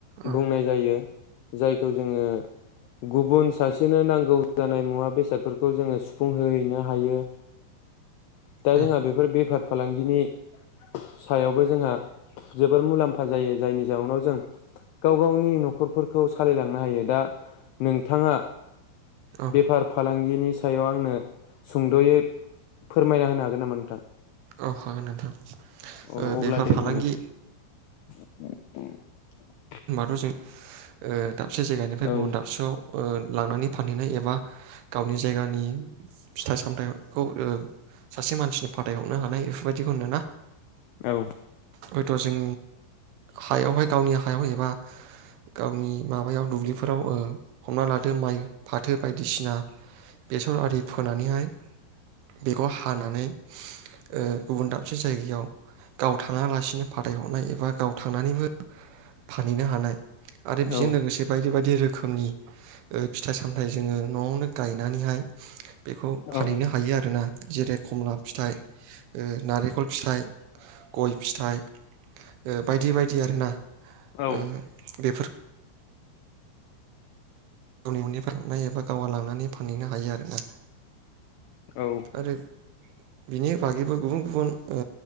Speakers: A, on the right; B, on the left.
A: औ
B: बुंनाय जायो जायखौ जोङो गुबुन सासेनो नांगौ जानाय मुवा बेसादफोरखौ जोङो सुफुंहोहैनो हायो दा जोंहा
A: उम
B: बेफोर बेफार फालांगिनि सायावबो जोंहा जोबोर मुलाम्फा जायो जायनि जाउनाव जों गाव गावनि न'खरफोरखौ सालायलांनो हायो दा नोंथाङा
A: औ
B: बेफार फालां फालांगिनि सायाव आंनो सुंद'यै फोरमायना होनो हागोन नामा नोंथां?
A: औ हागोन नोंथां ओ
B: औ अब्ला
A: बेफोर
B: दे
A: फालांगि
B: बुंनोसै <inaudible>
A: ओमबाथ' जों ओ दाबसे जायगानिफ्राय
B: औ
A: गुबुन दाबसेयाव ओ लांनानै फानहैनाय एबा गावनि जायगानि फिथाइ सामथाइखौ ओ सासे मानसिनो फाथायहरनो हानाय बेफोरबायदिखौ नो ना
B: औ
A: ओ दाथ' जों हायावहाय गावनि हायाव एबा गावनि माबायाव दुब्लिफोराव ओ हमना लादो माइ, फाथो बायदिसिना बेसर आरि फोनानैहाय बेखौ हानानै ओ गुबुन दाबसे जायगायाव गाव थाङालासिनो फाथायहरनाय एबा गाव थांनानैबो फानहैनो हानाय आरो बेजों
B: औ
A: लोगोसे बायदि बायदि रोखोमनि ओ फिथाइ साम सामथाइ जोङो न'आवनो गायनानैहाय बेखौ फानहैनो
B: औ
A: हायो आरो ना। जेरै खमला फिथाइ, ओ नारेखल फिथाइ गय फिथाइ ओ बायदि बायदि आरोना
B: औ
A: ओ बेफोर गावनि ननिफ्राय हरनाय एबा गावहा लांनानै फानहैनो हायो आरोना।
B: औ
A: आरो बिनि बागैबो गुबुन गुबुन ओ